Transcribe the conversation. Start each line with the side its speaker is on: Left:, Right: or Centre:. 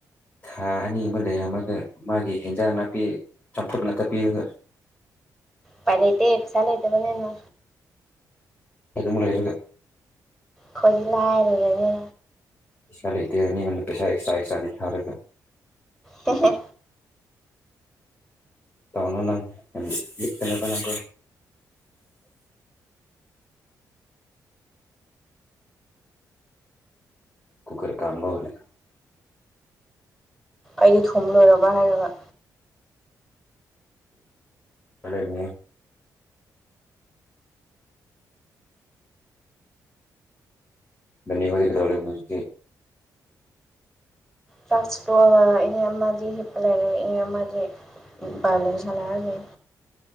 Left: ꯊꯅꯤ ꯀꯩ ꯑꯃꯒ ꯃꯥꯒꯤ ꯍꯦꯟꯖꯥꯡ ꯅꯥꯄꯤ ꯆꯝꯐꯨꯠ ꯉꯥꯛꯇ ꯄꯤꯔꯒ
Centre: ꯄꯔꯦꯇꯦ ꯆꯂꯇꯕꯅꯦꯅ
Left: ꯑꯗꯨ ꯃꯂ ꯏꯒ
Centre: ꯈꯣꯏꯖꯤ ꯂꯥꯏꯔꯒꯅꯤ
Left: ꯄꯩꯁꯥ ꯂꯩꯇꯦ ꯄꯩꯁꯥ ꯑꯦꯛꯁꯇ꯭ꯔꯥ ꯑꯦꯛꯁꯇ꯭ꯔꯥ ꯂꯦꯔꯒ
Centre: ꯍ
Left: ꯇꯧꯅꯣ ꯅꯪꯅꯀ ꯅꯪ ꯀꯨꯀꯔ ꯀꯥꯟꯝꯕ ꯑꯣꯏꯔ
Centre: ꯑꯩꯗꯤ ꯊꯨꯝ ꯂꯣꯏꯔꯕ ꯍꯥꯏꯔꯒ
Left: ꯀꯦꯅꯦ <unintelligible> ꯙꯅꯤꯌꯋꯥꯗ ꯀꯗꯧꯒ ꯃꯇ
Centre: ꯇ ꯏꯅꯦ ꯑꯃꯖꯤ ꯍꯤꯞꯄꯂꯔ ꯏꯟ ꯑꯃꯖꯤ ꯕꯥꯅꯅꯤꯁꯂ ꯍꯥꯏꯅꯤ